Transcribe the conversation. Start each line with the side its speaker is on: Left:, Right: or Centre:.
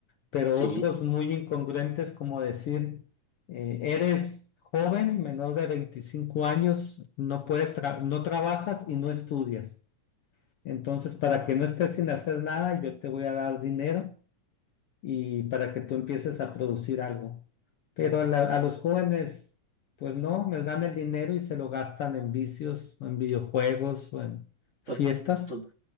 Left: pero
Right: sí,
Left: otros muy incongruentes como decir, eh, eres joven, menor de 25 años, no puedes tra- no trabajas y no estudias. Entonces, para que no estés sin hacer nada, yo te voy a dar dinero y para que tú empieces a producir algo. Pero a, la- a los jóvenes, pues no, les dan el dinero y se lo gastan en vicios, o en videojuegos o en fiestas
Right: to- to-